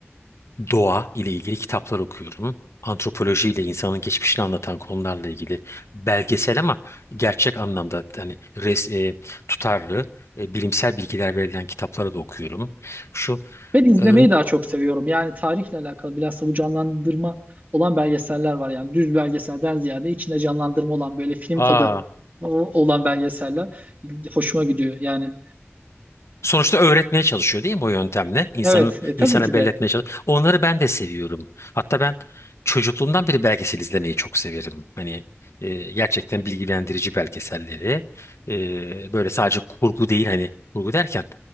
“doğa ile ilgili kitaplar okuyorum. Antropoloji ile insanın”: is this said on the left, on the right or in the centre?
Left